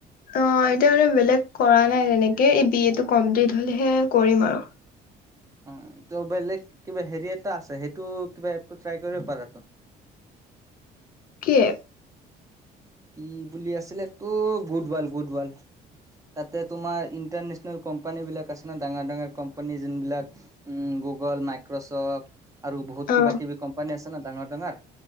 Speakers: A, on the left; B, on the right.
A: অ এতিয়া মানে বেলেগ কৰা নাই তেনেকে এই বি এ টো কমপ্লিট হলেহে কৰিম আৰু।
B: অ ত বেলেগ কিবা হেৰি এটা আছে সেইটো কিবা এপ টো ট্ৰাই কৰিব পাৰা ত।
A: কি এপ?
B: কি বুলি আছিল টো গোটবাল গোটবাল। তাতে তোমাৰ ইন্টাৰনেচনেল কোম্পানী বিলাক আছে ন ডাঙৰ ডাঙৰ কোম্পানী যোন বিলাক উম গুগল, মাইক্ৰ'চফ্ট আৰু বহুত
A: অ
B: কিবা কিবি কোম্পানী আছে ন ডাঙৰ ডাঙৰ।